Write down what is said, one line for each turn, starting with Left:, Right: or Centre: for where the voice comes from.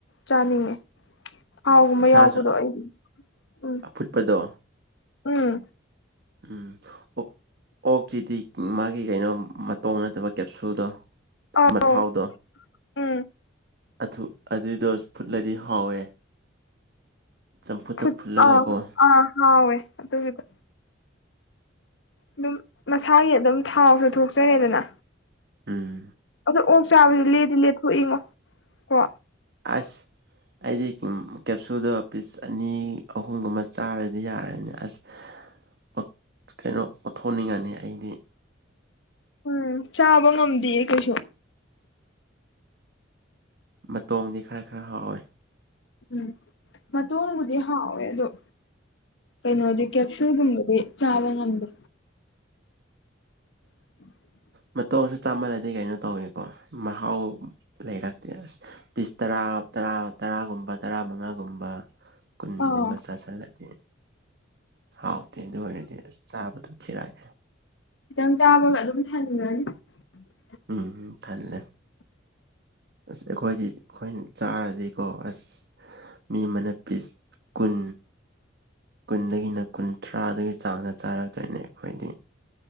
Left: ꯆꯥꯅꯤꯡꯉꯦ꯫ ꯊꯥꯎꯒꯨꯝꯕ
Right: ꯁꯥꯁꯨ
Left: ꯌꯥꯎꯕꯗꯣ ꯑꯩꯗꯤ ꯎꯝ
Right: ꯑꯐꯨꯠꯄꯗꯣ
Left: ꯎꯝ꯫
Right: ꯎꯝ ꯑꯣ ꯑꯣ ꯁꯤꯗꯤ ꯃꯥꯒꯤ ꯀꯩꯅꯣ ꯃꯇꯣꯡ ꯅꯠꯇꯕ ꯀꯦꯞꯁꯨꯜꯗꯣ
Left: ꯑꯧ
Right: ꯃꯊꯥꯎꯗꯣ
Left: ꯎꯝ
Right: ꯑꯗꯨ ꯑꯗꯨꯏꯗꯣ ꯐꯨꯠꯂꯗꯤ ꯍꯥꯎꯋꯦ꯫ ꯆꯝꯐꯨꯠꯇ
Left: ꯐꯨꯠ
Right: ꯐꯨꯠꯂꯒꯀꯣ
Left: ꯑ ꯑꯥ ꯍꯎꯋꯦ ꯑꯗꯨꯒꯤꯗꯣ꯫ ꯑꯗꯨꯝ ꯃꯁꯥꯒꯤ ꯑꯗꯨꯝ ꯊꯥꯎꯁꯨ ꯊꯣꯛꯆꯔꯦꯗꯅ꯫
Right: ꯎꯝ
Left: ꯑꯗꯨꯣ ꯑꯣꯛ ꯆꯥꯕꯗꯤ ꯂꯦꯗꯤ ꯂꯦꯊꯣꯛꯏꯉꯣ ꯀꯣ꯫
Right: ꯑꯁ ꯑꯩꯗꯤ ꯎꯝ ꯀꯦꯞꯁꯨꯜꯗꯣ ꯄꯤꯁ ꯑꯅꯤ ꯑꯍꯨꯝꯒꯨꯝꯕ ꯆꯥꯔꯗꯤ ꯌꯥꯔꯅꯤ ꯑꯁ꯫ ꯑꯣ ꯀꯩꯅꯣ ꯑꯣꯊꯣꯛꯅꯤꯡꯉꯥꯅꯤ ꯑꯩꯗꯤ꯫
Left: ꯎꯝ ꯆꯥꯕ ꯉꯝꯗꯤꯌꯦ ꯀꯩꯁꯨ꯫
Right: ꯃꯇꯣꯡꯗꯤ ꯈꯔ ꯈꯔ ꯍꯥꯎꯋꯦ꯫
Left: ꯎꯝ ꯃꯇꯣꯡꯕꯨꯗꯤ ꯍꯥꯎꯋꯦ ꯑꯗꯨꯣ꯫ ꯀꯩꯅꯣꯗꯤ ꯀꯦꯞꯁꯨꯜꯒꯨꯝꯕꯗꯤ ꯆꯥꯕ ꯉꯝꯗꯦ꯫ <unintelligible>
Right: ꯃꯇꯣꯡꯁꯨ ꯆꯥꯃꯜꯂꯗꯤ ꯀꯩꯅꯣ ꯇꯧꯏꯤꯀꯣ ꯃꯍꯥꯎ ꯂꯩꯔꯛꯇꯦ ꯑꯁ ꯄꯤꯁ ꯇꯔꯥ꯫ ꯇꯔ ꯇꯔꯥꯒꯨꯝꯕ ꯇꯔꯥ ꯃꯉꯥꯒꯨꯝꯕ ꯀꯨꯟꯒꯨꯝꯕ
Left: ꯑꯥ
Right: ꯆꯥꯁꯤꯜꯂꯗꯤ꯫ ꯍꯥꯎꯇꯦ ꯑꯗꯨ ꯑꯣꯏꯔꯗꯤ ꯑꯁ ꯆꯥꯕꯗꯣ ꯈꯤꯔꯛꯑꯦ꯫
Left: ꯈꯤꯇꯪ <inaudible>
Right: ꯎꯝ ꯊꯜꯂꯦ꯫ ꯑꯁ ꯑꯩꯈꯣꯏꯗꯤ ꯑꯩꯈꯣꯏꯅ ꯆꯥꯔꯗꯤꯀꯣ ꯑꯁ ꯃꯤ ꯑꯃꯅ ꯄꯤꯁ꯫ ꯀꯨꯟ꯫ ꯀꯨꯟꯗꯒꯤꯅ ꯀꯨꯟꯊ꯭ꯔꯥꯗꯨꯒꯤ ꯆꯥꯡꯗ ꯆꯥꯔꯛꯇꯣꯏꯅꯦ ꯑꯩꯈꯣꯏꯗꯤ꯫